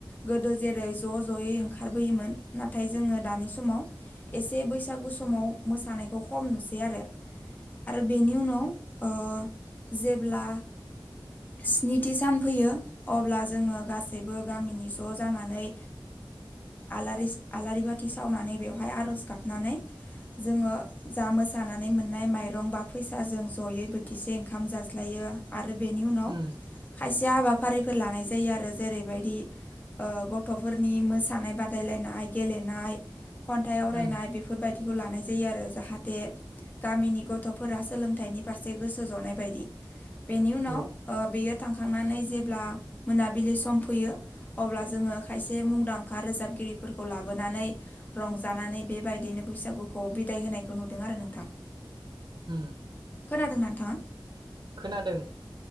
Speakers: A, on the left (about 20°); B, on the right (about 60°).
A: गोदो जेरै ज' ज'यै ओंखारबोयोमोन नाथाय जोङो दानि समाव एसे बैसागु समाव मोसानायखौ खम नुसै आरो आरो बेनि उनाव जेब्ला स्निथि सान फैयो अब्ला जोङो गासैबो गामिनि ज' जानानै आलारि आलारि बाथि सावनानै बेवहाय आरज गाबनानै जोङो जा मोसानानै मोननाय माइरं बा फैसाजों जयै बोथिसे ओंखाम जाज्लायो आरो बेनि उनाव
B: उम
A: खायसे हाबाफारिफोर लानाय जायो आरो जेरैबायदि गथ'फोरनि मोसानाय बादायलायनाय गेलेनाय खन्थाइ आवरायनाय
B: उम
A: बेफोर बेफोरबायदिखौ लानाय जायो आरो जाहाथे गामिनि गथ'फोरा सोलोंथाइनि फारसे गोसो जनाय बायदि बेनि उनाव
B: औ
A: बेयो थांखांनानै जेब्ला मोनाबिलि सम फैयो अब्ला जोङो खायसे मुंदांखा रोजाबगिरिफोरखौ लाबोनानै रंजानानै बेबायदिनो बैसागुखौ बिदाय होनायखौ नुदों आरो नोंथां
B: हम
A: खोनादों नोंथाङा
B: खोनादों